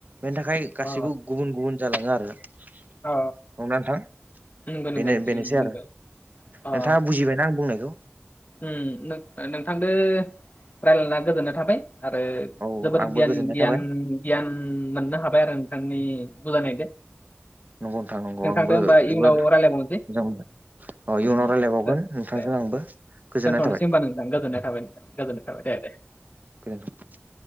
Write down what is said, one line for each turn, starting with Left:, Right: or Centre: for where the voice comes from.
Right: बेनि थाखाय गासैबो
Left: अ
Right: गुबुन गुबुन जालाङो आरो। <unintelligible>
Left: अ
Right: नोंथां
Left: नंगौ नंगौ
Right: बेनो बेनोसै
Left: नंगौ
Right: आरो।
Left: अ
Right: नोंथाङा बुजिबायना आं बुंनायखौ?
Left: उम नों-नोंथांदो रायलायना गोजोननाय थाबाय आरो
Right: औ
Left: जोबोत
Right: आंबो
Left: गियानि
Right: गोजोननाय
Left: गियान
Right: थाबाय
Left: गियान मोननो हाबाय आरो नोंथांनि बुजायनायदो।
Right: नंगौ नोथां नंगौ
Left: नोंथांदो
Right: आंबो
Left: होमबा इयुनाव
Right: जोबोद
Left: रायलायबावनोसै
Right: मोजां मोनबाय अ इयुनाव
Left: उम
Right: रायलायबावगोन
Left: दे
Right: नोंथांजों
Left: दे
Right: आंबो। गोजोननाय
Left: दोनथ'नोसै
Right: थाबाय
Left: ओमबा नोंथां गोजोननाय थाबाय नोंथां गोजोननाय थाबाय दे दे।
Right: गो <unintelligible>